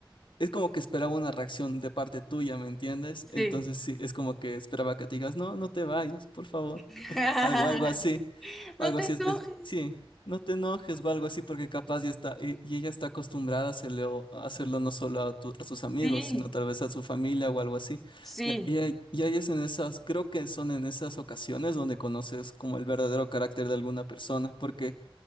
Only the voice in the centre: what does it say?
sí.
<laughs>
No te
enojes.
Sí,
sí.